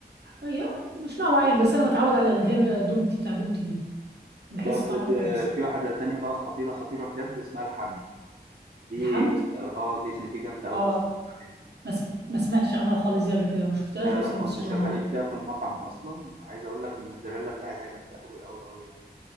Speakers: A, on the right; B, on the right.
A: هي مش نوع معين بس انا متعود على اللي هي دومتي بتاع دومتي دي بحس
B: لا بجد
A: طعمها كويس
B: آه، في واحده تانية بقى خطيره خطيره بجد اسمها الحم دي
A: الحمد
B: جامدة- اه دي دي جامده قوي
A: اه
B: يا اسطى مني.
A: ما س- ما سمعتش عنها خالص دي قبل كده ما شفتهاش
B: لا
A: اصلا
B: لا كنا
A: في السوبر
B: شغالين
A: ماركت
B: بيها في المطعم اصلا عايز اقول لك الموتزاريلا بتاعتها جامده قوي قوي قوي